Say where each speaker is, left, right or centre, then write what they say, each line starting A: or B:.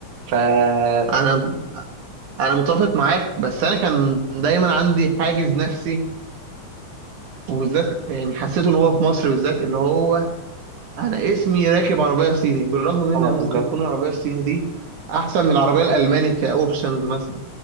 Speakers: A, on the right; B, on the right.
A: ف اه
B: انا انا متفق معاك بس انا كان دايما عندي حاجز نفسي وبالذات يعني حسيته ان هو في مصر بالذات اللي هو انا اسمي راكب عربيه صيني بالرغم من ان
A: بالظبط
B: ممكن يكون العربيه الصيني دي احسن من العربيه الالماني كاوبشنز مثلا